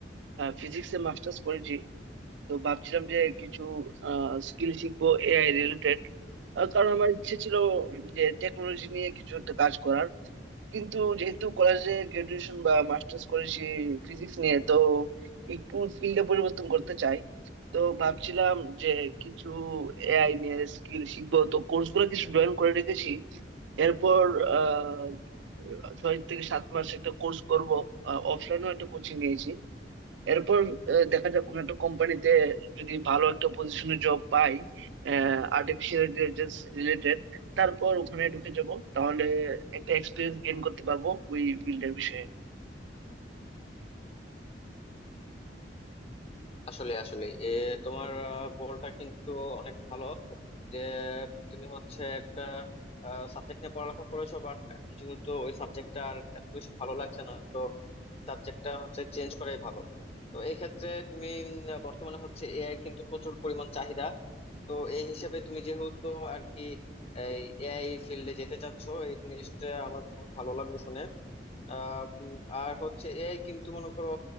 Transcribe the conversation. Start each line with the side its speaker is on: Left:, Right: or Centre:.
Right: ফিজিক্সে মাস্টার্স করেছি তো ভাবছিলাম যে কিছু স্কিল শিখবো এআই রিলেটেড কারণ আমার ইচ্ছে ছিল উম, যে টেকনোলজি নিয়ে কিছু একটা কাজ করার কিন্তু যেহেতু কলেজে গ্রাজুয়েশন বা মাস্টার্স করেছি ফিজিক্স নিয়ে তো একটু ফিল্ডে পরিবর্তন করতে চাই তো ভাবছিলাম যে কিছু এআই নিয়ে স্কিল শিখবো তো কোর্স গুলো কিছু জয়েন করে রেখেছি এরপর আহ ছয় থেকে সাত মাস একটা কোর্স করব অফলাইনেও একটা কোচিং নিয়েছি এরপর আহ, দেখা যাক কোন একটা কোম্পানিতে যদি ভালো একটা পজিশনে জব পাই আর্টিফিশিয়াল ইন্টেলিজেন্স রিলেটেড তারপর ওখানে ঢুকে যাব তাহলে একটা এক্সপিরিয়েন্স গেইন করতে পারবো ওই ফিল্ডের বিষয়ে
Left: আসলে আসলে এ তোমার গোলটা কিন্তু অনেক ভালো যে তুমি হচ্ছে একটা সাবজেক্ট নিয়ে পড়ালেখা করেছো বাট এখন যেহেতু ওই সাবজেক্টটা আর এত বেশি ভালো লাগছে না তো সাবজেক্টটা হচ্ছে চেঞ্জ করাই ভালো তো এই ক্ষেত্রে তুমি উম, বর্তমানে হচ্ছে এআই কিন্তু প্রচুর পরিমাণ চাহিদা তো এই হিসাবে তুমি যেহেতু আর কি এই এআই ফিল্ডে যেতে চাচ্ছো এই জিনিসটা আমার খুব ভালো লাগলো শুনে আহ উম, আর হচ্ছে এআই কিন্তু মনে করো